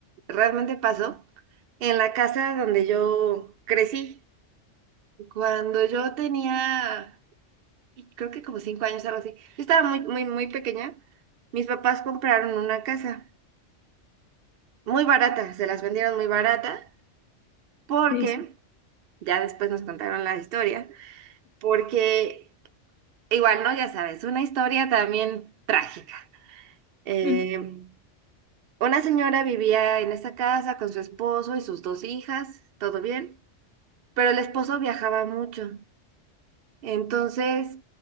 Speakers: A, on the right (about 60°); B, on the left (about 80°).
A: realmente pasó en la casa donde yo crecí. Cuando yo tenía... creo que como cinco años, algo así. Yo estaba muy, muy, muy pequeña. Mis papás compraron una casa muy barata, se las vendieron muy barata, porque
B: Y dice,
A: ya después nos contaron la historia, porque igual, ¿no? Ya sabes, una historia también trágica. Eh,
B: "Mm,
A: una señora vivía en esa casa con su esposo y sus dos hijas, todo bien, pero el esposo viajaba mucho. Entonces,